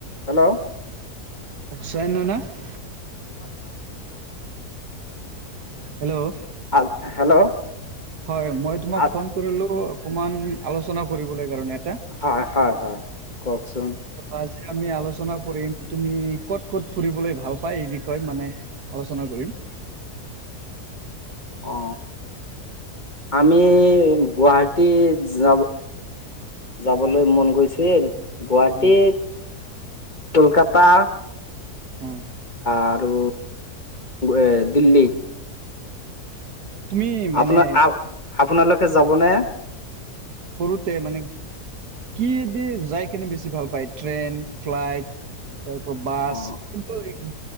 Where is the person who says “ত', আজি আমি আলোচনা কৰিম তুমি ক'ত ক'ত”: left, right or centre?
Right